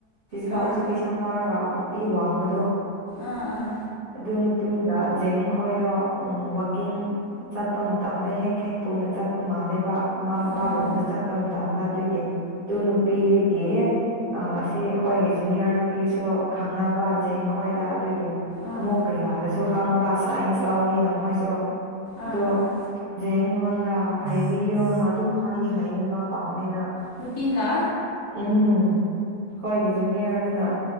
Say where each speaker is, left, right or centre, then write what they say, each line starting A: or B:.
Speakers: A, on the right; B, on the left.
A: ꯐꯤꯖꯤꯀꯦꯜ
B: ꯑꯥ
A: ꯏꯗꯨꯀꯦꯁꯟ ꯂꯧꯔꯒ ꯅꯨꯡꯇꯤ ꯋꯥꯡꯕꯗꯣ
B: ꯑꯥ ꯑꯥ
A: ꯑꯗꯨ ꯅꯨꯄꯤꯒ ꯖꯦꯡ ꯈꯣꯏꯗꯣ ꯎ ꯋꯥꯋꯀꯤꯡ ꯆꯠꯄ ꯃꯇꯥꯡꯗ ꯍꯦꯛ ꯍꯦꯛ ꯄꯨꯟꯅ ꯆꯠꯄ ꯃꯥꯂꯦꯕ ꯃꯃꯥ ꯂꯝꯄꯥꯒꯨꯝꯕꯗ
B: ꯑꯥ ꯑꯥ
A: ꯆꯠꯄ ꯃꯇꯥꯡꯗ ꯑꯗꯨꯒꯤ ꯇꯅ ꯅꯨꯄꯤꯗꯒꯤ ꯑꯁꯤ ꯑꯩꯈꯣꯏꯒꯤ ꯖꯨꯅꯤꯌꯔ ꯅꯨꯄꯤꯁꯨ ꯈꯪꯅꯕ ꯖꯡ ꯈꯣꯏꯗ ꯑꯗꯨꯒꯤ
B: ꯑꯥ
A: ꯑꯃꯨꯛ ꯀꯩꯂꯥꯗꯁꯨ ꯍꯪꯕ ꯁꯥꯏꯟꯁ ꯂꯕꯅꯤꯅ ꯃꯣꯏꯁꯨ
B: ꯑꯥ
A: ꯑꯗꯨꯣ
B: ꯑꯥ
A: ꯖꯦꯉꯣꯟꯟ ꯍꯥꯏꯕꯤꯌꯣꯅ ꯑꯗꯨꯝ ꯍꯥꯏꯌꯦ ꯍꯥꯏꯌꯦ ꯃꯥ ꯄꯥꯝꯃꯦꯅ
B: ꯅꯨꯄꯤꯡꯂ
A: ꯎꯝ ꯍꯣꯏꯒꯤ ꯖꯨꯅꯤꯌꯔꯗꯨꯅ